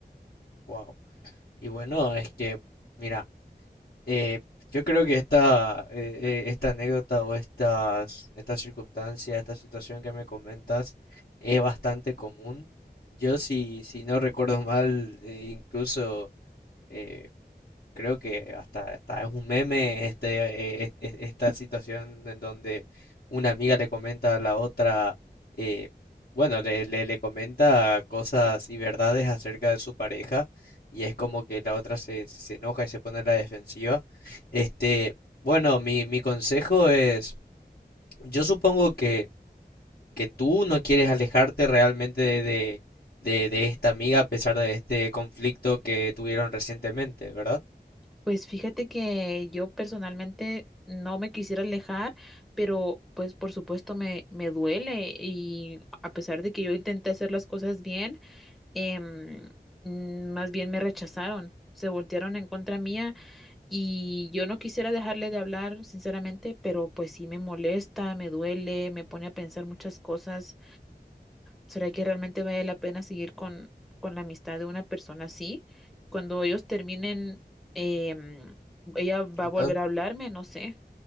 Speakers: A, on the left; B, in the centre.
A: Wow. Y bueno, es que, mira, eh, yo creo que esta, eh, eh, esta anécdota o estas, esta circunstancia, esta situación que me comentas es bastante común. Yo si, si no recuerdo mal, eh, incluso eh, Creo que hasta, hasta es un meme este, eh, es- es- esta situación en donde una amiga le comenta a la otra, eh, bueno, le, le, le comenta cosas y verdades acerca de su pareja y es como que la otra se, se enoja y se pone a la defensiva. Este, bueno, mi, mi consejo es, yo supongo que, que tú no quieres alejarte realmente de, de, de de esta amiga a pesar de este conflicto que tuvieron recientemente, ¿verdad?
B: Pues fíjate que yo personalmente no me quisiera alejar, pero pues por supuesto me, me duele y a pesar de que yo intenté hacer las cosas bien, em, mm, más bien me rechazaron, se voltearon en contra mía y yo no quisiera dejarle de hablar, sinceramente, pero pues sí me molesta, me duele, me pone a pensar muchas cosas. ¿Será que realmente vale la pena seguir con, con la amistad de una persona así? Cuando ellos terminen, em, ella va
A: Entonces,
B: a volver a hablarme, no sé.